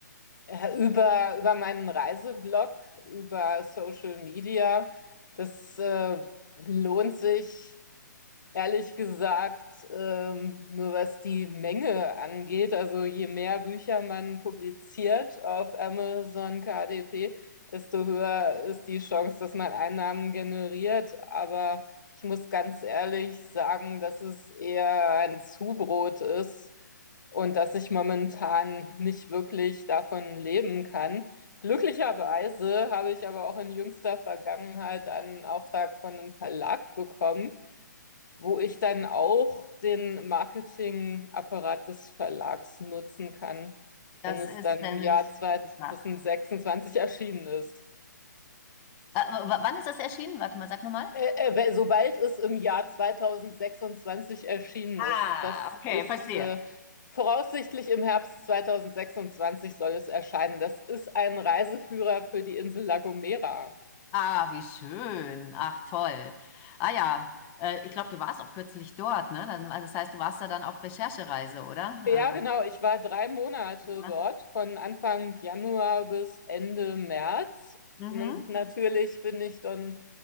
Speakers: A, on the left; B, on the left.
A: Ja, Über, über meinen Reiseblog, über Social Media. Das äh, lohnt sich Ehrlich gesagt, ähm, nur was die Menge angeht, also je mehr Bücher man publiziert auf Amazon KDP, desto höher ist die Chance, dass man Einnahmen generiert. Aber ich muss ganz ehrlich sagen, dass es eher ein Zubrot ist und dass ich momentan nicht wirklich davon leben kann. Glücklicherweise habe ich aber auch in jüngster Vergangenheit einen Auftrag von einem Verlag bekommen wo ich dann auch den Marketingapparat des Verlags nutzen kann,
B: Das
A: wenn es
B: ist
A: dann
B: nämlich,
A: im Jahr 2026
B: ja.
A: erschienen ist.
B: Äh, w- wann ist das erschienen? Warte mal, sag nur mal.
A: Äh, äh, sobald es im Jahr 2026 erschienen
B: Ah,
A: ist, das
B: okay,
A: ist
B: verstehe.
A: äh, voraussichtlich im Herbst 2026 soll es erscheinen. Das ist ein Reiseführer für die Insel La Gomera.
B: Ah, wie schön. Ach, toll. Ah ja, äh, ich glaube, du warst auch kürzlich dort, ne? Dann, also das heißt, du warst da dann auf Recherchereise, oder? Äh,
A: Ja, genau.
B: was,
A: Ich war drei Monate
B: ja.
A: dort, von Anfang Januar bis Ende März.
B: Mhm.
A: Und natürlich bin ich dann,